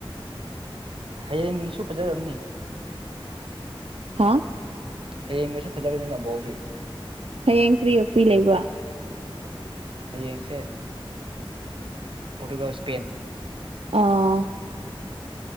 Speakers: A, on the right (about 65°); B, on the right (about 85°).
A: ꯍꯌꯦꯡꯁꯨ ꯐꯖꯔꯝꯅꯤ
B: ꯍꯥ
A: ꯍꯌꯦꯡꯒꯁꯨ ꯐꯖꯒꯅꯤꯕ ꯕꯣꯜꯗꯤ
B: ꯍꯌꯦꯡ ꯀ꯭ꯔꯤꯒ ꯀ꯭ꯔꯤ ꯂꯩꯕ꯭ꯔꯥ
A: ꯍꯌꯦꯡꯁꯦ ꯄꯣꯔꯇꯨꯒꯜ ꯏꯁꯄꯦꯟ
B: ꯑꯥ